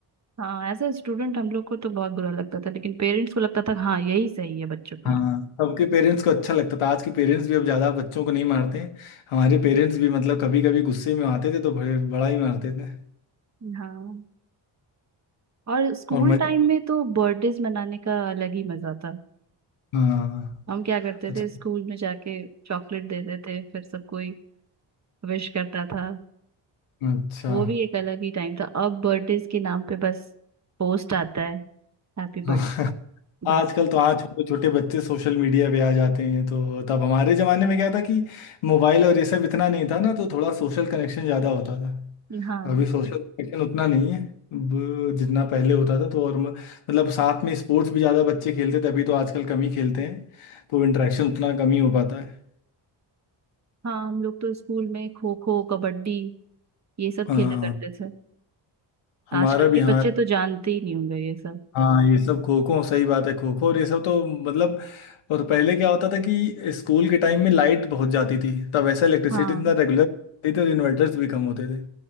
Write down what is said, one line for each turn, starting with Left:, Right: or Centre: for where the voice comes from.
Right: हाँ एज ए स्टूडेंट हम लोग को तो बहुत बुरा लगता था लेकिन पेरेंट्स को लगता था हाँ यही सही है बच्चों के
Left: हाँ
Right: लिए
Left: सबके पेरेंट्स को अच्छा लगता था आज के पेरेंट्स भी अब ज्यादा बच्चों को नहीं मारते हैं हमारे पेरेंट्स भी मतलब कभी कभी गुस्से में आते थे तो बड़े बड़ा ही मारते थे
Right: हाँ और स्कूल
Left: और मजा
Right: टाइम में तो बर्थडेज मनाने का अलग ही मजा था
Left: हाँ
Right: हम क्या करते
Left: अच्छा
Right: थे स्कूल में जाके चॉकलेट देते थे फिर सब कोई विश करता था
Left: अच्छा
Right: वो भी एक अलग ही टाइम था अब बर्थडेज के नाम पे बस पोस्ट आता है हैप्पी बर्थडे
Left: हाँ
Right: बस
Left: आजकल तो हाँ छोटे छोटे बच्चे सोशल मीडिया पे आ जाते हैं तो तब हमारे जमाने में क्या था कि मोबाइल और ये सब इतना नहीं था ना तो थोड़ा सोशल कनेक्शन ज्यादा होता था
Right: हाँ
Left: अभी सोशल कनेक्शन उतना नहीं है ब- जितना पहले होता था तो और म- मतलब साथ में स्पोर्ट्स भी ज्यादा बच्चे खेलते थे अभी तो आजकल कम ही खेलते हैं तो इंटरेक्शन उतना कम ही हो पाता है
Right: हाँ हम लोग तो स्कूल में खो खो कबड्डी ये सब
Left: हाँ
Right: खेला करते थे
Left: हमारा
Right: आजकल
Left: भी
Right: के
Left: हाँ
Right: बच्चे तो जानते ही नहीं होंगे ये सब
Left: हाँ ये सब खो खो सही बात है खो खो और ये सब तो मतलब और पहले क्या होता था कि स्कूल के टाइम में लाइट बहुत जाती थी तब ऐसा इलेक्ट्रिसिटी
Right: हाँ
Left: इतना रेगुलर होती थी और इन्वर्टर्स भी कम होते थे